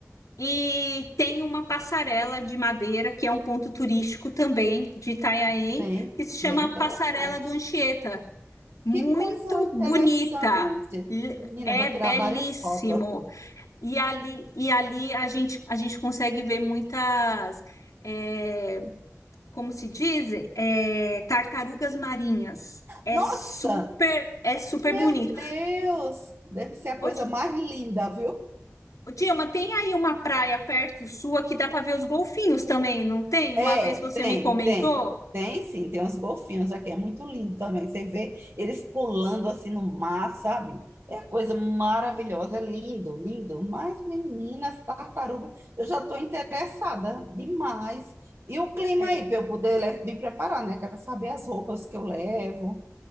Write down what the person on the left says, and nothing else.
E tem uma passarela de madeira, que é um ponto turístico também de Itanhaém,
que se chama
Passarela do Anchieta muito
bonita. L-
É
belíssimo.
E ali, e ali a gente, a gente consegue ver muitas, é, como se dizem, É, tartarugas marinhas. É
super, é super
bonito.
Ô,
Di-
ô, Dilma, tem aí uma praia perto sua que dá para ver os golfinhos também, não tem? Uma
vez você
me comentou.
É,